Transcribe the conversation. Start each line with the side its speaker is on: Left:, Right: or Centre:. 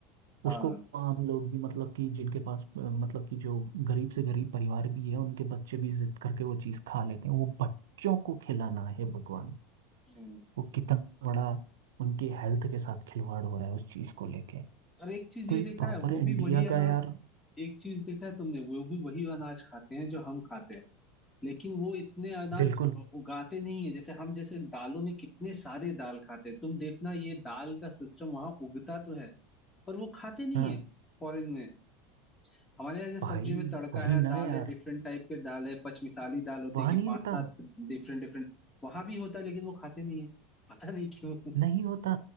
Left: हाँ
Right: उसको हम लोग भी मतलब कि जिनके पास अ, मतलब कि जो गरीब से गरीब परिवार भी है उनके बच्चे भी जिद करके वो चीज़ खा लेते हैं वो बच्चों को खिलाना है भगवान
Left: हम्म,
Right: वो कितना बड़ा उनकी हेल्थ के साथ खिलवाड़ हो रहा है उस चीज़ को लेके
Left: और एक चीज ये
Right: तो एक
Left: देखा
Right: प्रॉपर
Left: है वो
Right: इंडिया
Left: भी वही अनाज
Right: का यार
Left: एक चीज देखा है तुमने वो भी वही अनाज खाते हैं जो हम खाते हैं लेकिन वो इतने अनाज
Right: बिल्कुल
Left: उगाते नहीं है जैसे हम जैसे दालों में कितने सारे दाल खाते हैं तुम देखना ये दाल का सिस्टम वहां उगता तो है पर वो खाते नहीं
Right: हाँ
Left: है फॉरेन में हमारे यहाँ जैसे
Right: भाई
Left: सब्जी में तड़का
Right: वही
Left: है दाल
Right: ना यार
Left: है डिफरेंट टाइप के दाल है पचमिसाली दाल होती
Right: वहाँ
Left: है कि
Right: नहीं
Left: पांच
Right: होता
Left: सात डिफरेंट डिफरेंट वहां भी होता है लेकिन वो खाते नहीं है पता नहीं क्यों
Right: नहीं होता